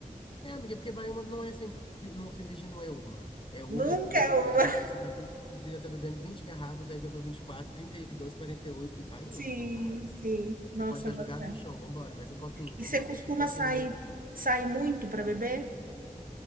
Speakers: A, on the left; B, on the right.
A: É, amiga, porque vai uma, não é sempre, não, cerveja não é uma. É uma,
B: Nunca
A: é duas, é
B: eu
A: três,
B: vou.
A: quando
B: <laughs>
A: vê, você tá com, você já tá bebendo 20 garrafas, aí vai pra 24, 32, 48, e dois, quarenta e
B: Sim,
A: oito, e vai indo, e não para.
B: sim.
A: Você
B: Nossa,
A: pode estar
B: boto
A: jogado
B: fé.
A: no chão, vambora, mais um copinho,
B: E
A: vambora.
B: você costuma
A: E quando
B: sair,
A: cerveja já gastou?
B: sair muito para beber?